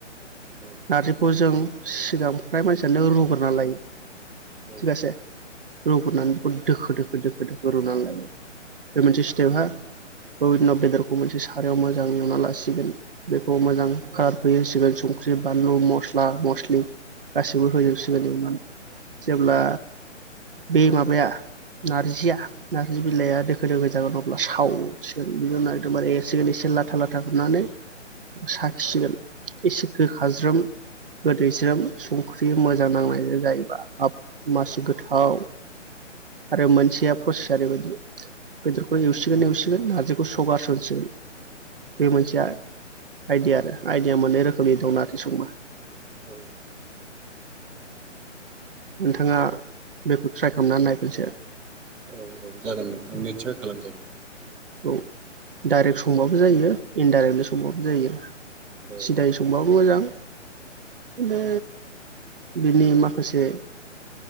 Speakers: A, in the centre; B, on the right (about 45°).
A: औ
B: नारजिखौ जों सिगां फ्राय मानसियानो रुग्रना लायो
A: औ
B: थिगसे रुग्रनानै बेखौ दोखो दोखो दोखो दोखो रुनानै लायो बे मोनसे स्टेपहा <unintelligible> बेदरखौ मोनसे सारायाव मोजां एवना लासिगोन बेखौ मोजां कालार होजोबसिगोन संख्रि बानलु मस्ला मस्लि गासिबो होजोबसिगोन एवनानै जेब्ला बे माबाया नार्जिया नार्जि बिलाइया दोखो दोखो जागोन अब्ला सावो सिगोन बिनि उनाव एबदमबारे एरसिगोन एसे लाथा लाथा खुमनानै साखिसिगोन एसे गोखाज्रोम गोदैस्रोम संख्रि मोजां नांनाय जाहैबा हाब मासि गोथाव आरो मोनसेया प्रसेस ओरैबायदि बेदरखौ एवसिगोन एवसि गोन नारजिखौ <unintelligible> बे मोनसे आइदिया आरो आइदिया मोननै रोखोमनि दं नारजि संबा
A: औ
B: नोंथाङा बेखौ ट्राइ खालामनानै नाय खनसे
A: औ औ जागोन नोंथां निसय खालामजागोन
B: औ डाइरेक्ट संबाबो जायो इनडाइरेक्टलि संबाबो जायो
A: औ
B: सिदायै संबाबो मोजां बे बिनि माखासे